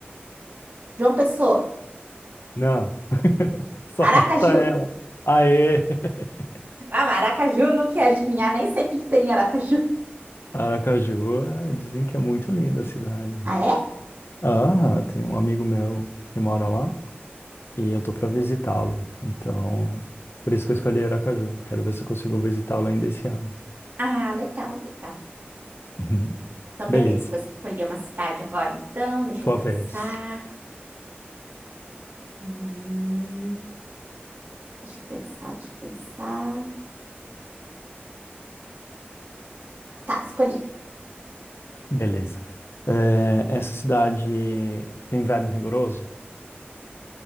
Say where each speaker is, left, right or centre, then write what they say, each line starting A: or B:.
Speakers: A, on the right; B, on the left.
A: João Pessoa,
B: não. Só
A: Aracaju.
B: falta ela. Aê! <laughs>
A: Ah, maracaju, não quer adivinhar, nem sei o que que tem em Aracaju.
B: Aracaju, é, dizem que é muito linda a cidade.
A: Ah, é?
B: Ah, tem um amigo meu que mora lá e eu tô pra visitá-lo. Então, por isso que eu escolhi Aracaju. Quero ver se eu consigo visitá-lo ainda esse ano.
A: Ah, legal, legal.
B: Uhum.
A: Então,
B: Beleza,
A: beleza, vou escolher uma cidade agora, então, deixa
B: tua
A: eu pensar.
B: vez.
A: Hum, deixa eu pensar, deixa eu pensar. Tá, escolhi.
B: Beleza. É, essa cidade tem inverno rigoroso?